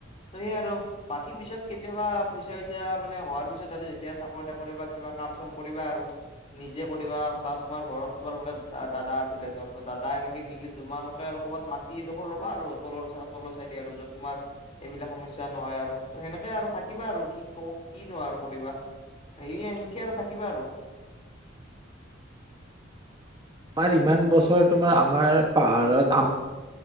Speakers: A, on the left; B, on the right.
A: তহে আৰু। বাকী পিছত কেতিয়াবা পইচা চইচা মানে হোৱাৰ পিছত আৰু যেতিয়া চাকৰি তাকৰি বা কিবা কাম চাম কৰিবা আৰু। নিজে কৰিবা বাট তোমাৰ ঘৰত তোমাৰ বৰাত দাদা আছিলে এজন, দাদা সনেকি মিলি তোমালোকে আৰু ক'ৰবাত মাট- টিডোখৰ ল'বা আৰু তলৰ তলৰ চাই দিয়া আৰু য'ত তোমাৰ এইবিলাক সমস্যা নহয় আৰু ত সেনেকে আৰু থাকিবা আৰু কি ক‌ও কি নো আৰু কৰিবা। এইয়ে সেনকে আৰু থাকিবা আৰু।
B: তোমাৰ ইমান বছৰ তোমাৰ আমাৰ পাহাৰত আম-